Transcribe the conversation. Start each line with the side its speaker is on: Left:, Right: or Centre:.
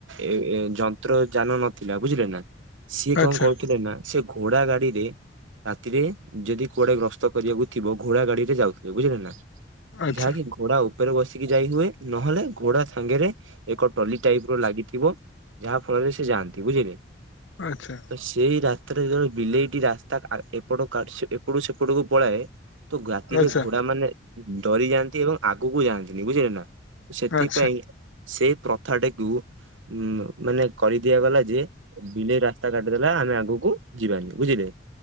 Right: ଏ ଯନ୍ତ୍ର ଯାନ ନଥିଲା ବୁଝିଲେ ନା ସିଏ
Left: ଆଚ୍ଛା
Right: କଣ କରୁଥିଲେ ନା ସେ ଘୋଡା ଗାଡିରେ ରାତିରେ ଯଦି କୁଆଡେ ଗସ୍ତ କରିବାକୁ ଥିବ ଘୋଡା ଗାଡିରେ ଯାଉଥିଲେ ବୁଝିଲେ ନା
Left: ଆଚ୍ଛା
Right: ଯାହାକି ଘୋଡା ଉପରେ ବସିକି ଯାଇ ହୁଏ ନହେଲେ ଘୋଡା ସାଙ୍ଗରେ ଏକ ଟଲି ଟାଇପ ର ଲାଗିଥିବ। ଯାହା ଫଳରେ ସେ ଯାଆନ୍ତି ବୁଝିଲେ।
Left: ଆଚ୍ଛା
Right: ତ ସେଇ ରାତିରେ ଜଣେ ବିଲେଇଟି ରାସ୍ତା <unintelligible> ଏପଟ ଏପଟୁ ସେପଟକୁ ପଳାଏ ତ ରାତିରେ
Left: ଆଚ୍ଛା
Right: ଘୋଡା ମାନେ ଡରି ଯାଆନ୍ତି ଏବଂ <unintelligible> ବୁଝିଲେ ନା ସେଥିପାଇଁ
Left: ଆଚ୍ଛା
Right: ସେ ପ୍ରଥାଟିକୁ ଉ ମାନେ କରି ଦିଆଗଲା ଯେ ବିଲେଇ ରାସ୍ତା କାଟିଦେଲା ଆମେ ଆଗକୁ ଯିବାନି ବୁଝିଲେ‌।